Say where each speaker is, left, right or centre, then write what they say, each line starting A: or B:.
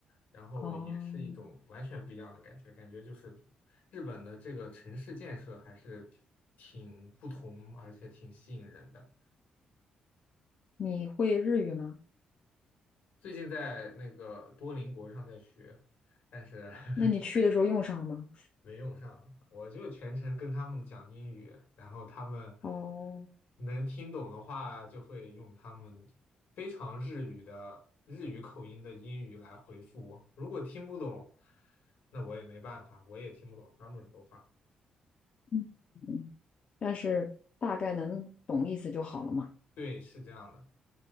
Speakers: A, on the left (about 65°); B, on the left (about 35°).
A: 然后也是一种完全不一样的感觉，
B: 哦，
A: 感觉就是日本的这个城市建设还是挺不同，而且挺吸引人的。
B: 你会日语吗？
A: 最近在那个多邻国上在学，但是 <laughs>
B: 那你去的时候用上了吗？
A: 没用上。我就全程跟他们讲英语，然后他们
B: 哦，
A: 能听懂的话，就会用他们非常日语的日语口音的英语来回复我。如果听不懂，那我也没办法，我也听不懂他们说话。
B: 嗯，嗯但是大概能懂意思就好了嘛，
A: 对，是这样的。